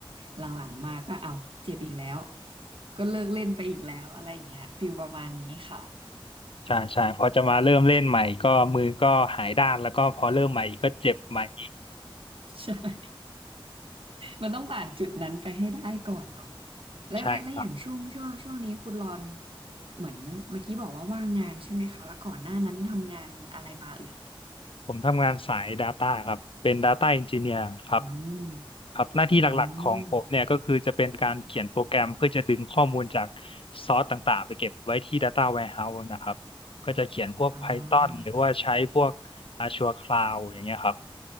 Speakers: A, on the right; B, on the left.
A: หลังๆมาก็เอาเจ็บอีกแล้วก็เลิกเล่นไปอีกแล้วอะไรอย่างเงี้ยฟิลประมาณนี้ค่ะ
B: ใช่ใช่พอจะมาเริ่มเล่นใหม่ก็มือก็หายด้านแล้วก็พอเริ่มใหม่อีกก็เจ็บใหม่อีก
A: ใช่ <laughs> มันต้องผ่านจุดนั้นไปให้ได้ก่อนเนาะและและและอย่างช่วงช่วงช่วงนี้คุณรอน
B: ใช่ครับ
A: เหมือนเมื่อกี้บอกว่าว่างงานใช่ไหมคะแล้วก่อนหน้านั้นทำงานอะไรมาเอ่ย
B: ผมทำงานสาย Data ครับเป็น Data Engineer ครับ
A: อืม
B: ครับหน้าที่หลักๆของผมเนี่ยก็คือจะเป็นการเขียนโปรแกรมเพื่อจะดึงข้อมูลจาก
A: อืม
B: ซอสต่างๆไปเก็บไว้ที่ Data Warehouse นะครับก็จะเขียนพวก
A: อ่
B: Python หรือว่าใช้พวก
A: า
B: Azure Cloud อย่างเงี้ยครับ